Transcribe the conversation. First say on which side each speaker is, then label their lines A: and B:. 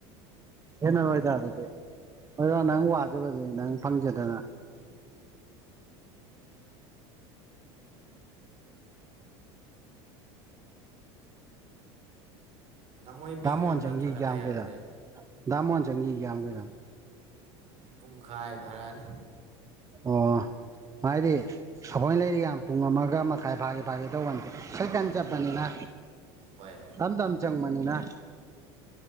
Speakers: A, on the right; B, on the right.
A: ꯌꯦꯟꯅꯔꯣꯢꯗ ꯑꯗꯨꯗꯤ <unintelligible>
B: ꯀꯩꯗꯧꯋꯦ
A: ꯅꯪ ꯋꯥꯖꯦ ꯐꯖꯕꯗꯨꯅꯦ ꯅꯪ ꯐꯝꯖꯗꯅ
B: ꯇꯥꯃꯣꯏ ꯃꯤꯡ
A: ꯥꯃꯣꯣꯟ
B: ꯑꯝꯇ
A: ꯆꯪꯁꯤ
B: ꯊꯥꯒꯠꯇ
A: ꯀꯌꯥꯈꯔ
B: ꯌꯥꯔꯣꯏꯗꯔꯦ
A: ꯥꯃꯣꯣꯟ ꯆꯒꯈꯔꯝ
B: ꯄꯨꯡꯈꯥ ꯍꯥꯏꯚꯔꯅꯤ
A: ꯑꯣ ꯍꯥꯏꯗꯤ ꯑꯩꯈꯣꯏ ꯂꯩꯔꯤ ꯌꯥꯝ ꯄꯨꯡ ꯑꯃꯒ ꯃꯈꯥꯏ ꯐꯥꯒꯦ ꯐꯥꯒꯦ ꯇꯧꯕꯟꯗꯦ ꯁꯩꯀꯥꯟ
B: ꯎꯝ
A: ꯆꯠꯄꯅꯤꯅ
B: ꯍꯣꯏ
A: ꯌꯥꯝꯝꯗꯝ ꯆꯪꯕꯅꯤꯅ